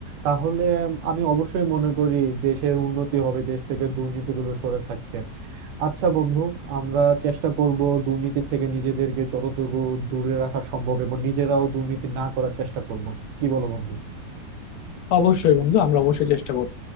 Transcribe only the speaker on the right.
তাহলে আমি অবশ্যই মনে করি দেশের উন্নতি হবে দেশ থেকে দুর্নীতিগুলো সরে থাকবে আচ্ছা বন্ধু আমরা চেষ্টা করব দুর্নীতি থেকে নিজেদেরকে যতটুকু দূরে রাখা সম্ভব এবং নিজেরাও দুর্নীতি না করার চেষ্টা করব কি বলো বন্ধু